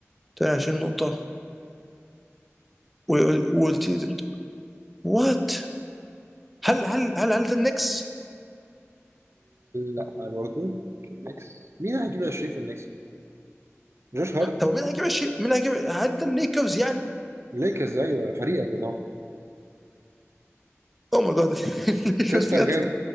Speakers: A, in the centre; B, on the right.
A: 28 نقطة و- وقلت لي وات هل هل هل هل ده النكس؟
B: لا برضه النكس مين هيجيب 20 في النكس؟ جوش هارت
A: طب مين هيجيب 20 مين هيجيب هل ده الليكرز يعني؟
B: ليكرز ايوه فريقك يا زلمه
A: او ماي جاد الليكرز
B: سنتر
A: <laughs> بجد
B: جاب